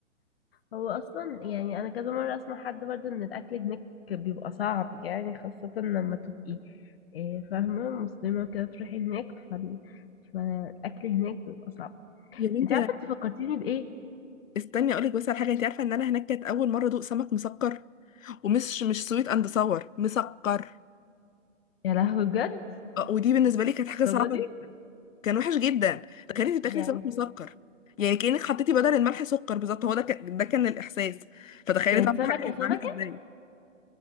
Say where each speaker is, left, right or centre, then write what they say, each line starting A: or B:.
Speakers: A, on the left; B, on the left.
A: هو اصلا يعني انا كذا مره اسمع حد برضه ان الاكل هناك بيبقى صعب يعني خاصه لما تبقي آه، فاهمه مسلمه كده تروحي هناك فال- فالاكل هناك بيبقى صعب
B: يا بنتي
A: انت عارفه انت فكرتيني بايه
B: استني اقولك بس على حاجه انت عارفه ان انا هناك كانت اول مره ادوق سمك مسكر ومش مش سويت اند صور مسكر
A: يا لهوي بجد
B: آه، ودي بالنسبه لي كانت حاجه صعبه
A: الدرجه دي
B: جدا كان وحش جدا تخيلي انت بتاكلي
A: يعني
B: سمك مسكر يعني كانك حطيتي بدل الملح سكر بالظبط هو ده كان ده كان الاحساس فتخيلي
A: كانت
B: طعم
A: سمكه
B: الحاجه هيبقى
A: سمكه
B: عامل ازاي